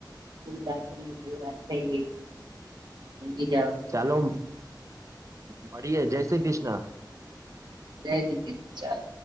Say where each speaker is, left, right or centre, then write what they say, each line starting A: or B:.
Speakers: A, on the right (about 65°); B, on the right (about 40°).
A: શિવરાત્રી બો રાત થઈ ગઈ ઊંઘી જાવ
B: ચાલો માળીએ જય શ્રી કૃષ્ણ
A: જય શ્રી કૃષ્ણ ચાલ